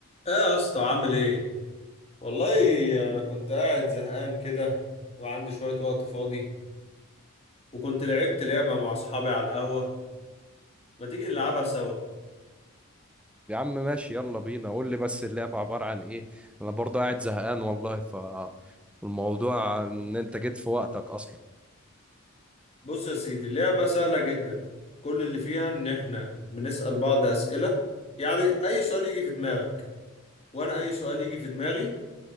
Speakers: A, on the left; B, in the centre.
A: ايه يا اسطى عامل ايه والله انا كنت قاعد زهقان كده وعندي شوية وقت فاضي وكنت لعبت لعبة مع اصحابي على القهوة ما تيجي نلعبها سوا
B: يا عم ماشي يلا بينا قول لي بس اللعبة عبارة عن ايه انا برضه قاعد زهقان والله ف الموضوع ان انت جيت في وقتك اصلا
A: بص يا سيدي اللعبة سهلة جدا كل اللي فيها ان احنا بنسأل بعض اسئلة يعني اي سؤال يجي في دماغك وانا اي سؤال يجي في دماغي